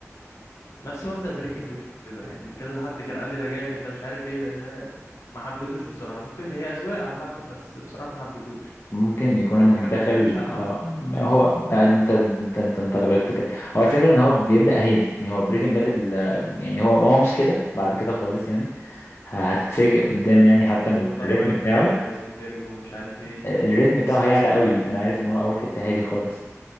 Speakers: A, on the left; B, on the left.
A: نفس مبدأ بريكنج باد كده يعني كذا حد كان قال لي ده جامد ده مش عارف ايه ده جا- ما حبيتوش بصراحة ممكن هي اذواق عامة بس بصراحة ما حبيتوش
B: ممكن يكون
A: او
B: إنك
A: ما كملتوش
B: داخل
A: عامة
B: اه ما هو بقى أنت أنت أنت أنت غلطت كده هو الفكرة إن هو بيبدأ هادي يعني هو بريكنج بادل يعني هو هو مش كده بعد كده خالص يعني ه- هتتفاجئ قدام يعني حتى
A: والتر
B: من الريتم
A: وايت
B: بتاعه
A: هيقلب هايزنبرج ومش عارف ايه
B: آه، الريتم بتاعه
A: بس يا
B: هيعلى
A: اسطى
B: قوي انا عارف ان هو اول حتة هادي خالص